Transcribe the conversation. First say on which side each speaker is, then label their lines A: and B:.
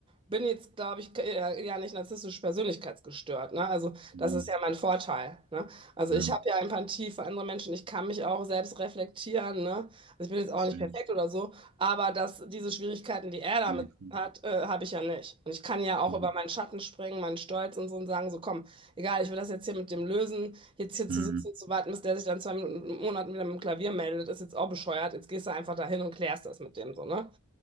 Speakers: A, on the right; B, on the right.
A: bin jetzt, glaube ich, äh, ja nicht narzisstisch persönlichkeitsgestört, ne? Also
B: hm,
A: das ist ja mein Vorteil, ne? Also
B: ja,
A: ich habe ja Empathie für andere Menschen. Ich kann mich auch selbst reflektieren, ne? Also ich bin jetzt auch
B: safe.
A: nicht perfekt oder so. Aber dass diese Schwierigkeiten, die er damit
B: Nee, cool.
A: hat, äh, habe ich ja nicht. Und ich kann ja auch
B: Hm,
A: über meinen Schatten springen, meinen Stolz und so und sagen, so komm, egal, ich will das jetzt hier mit dem lösen, jetzt hier zu
B: hm,
A: sitzen, zu warten, bis der sich dann zwei Minuten, Monaten wieder mit dem Klavier meldet, ist jetzt auch bescheuert. Jetzt gehst du einfach dahin und klärst das mit dem so, ne?